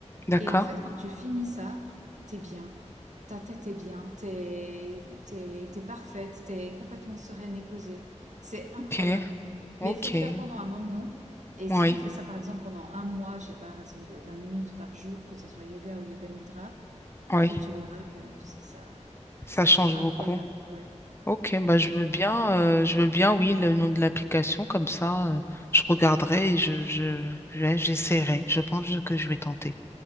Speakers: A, on the left (about 20°); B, on the right (about 80°).
A: d'accord,
B: Et en fait, quand tu finis ça, t'es bien. Ta tête est bien, t'es, t'es, t'es parfaite, t'es complètement sereine et posée. C'est incroyable.
A: ok, ok,
B: Mais il faut le faire pendant un moment. Et si
A: oui,
B: tu fais ça, par exemple, pendant un mois, je sais pas, à raison de 20 minutes par jour, que ce soit yoga ou yoga nidra,
A: oui.
B: en fait, tu verras que ça, c'est
A: Ça change
B: c'est incroyable.
A: beaucoup.
B: Ouais.
A: Ok, bah
B: Donc
A: je veux
B: voilà.
A: bien, euh, je veux bien, oui, le nom de l'application, comme ça, euh, je regarderai et je, je, ouais, j'essaierai. Je pense que je vais tenter.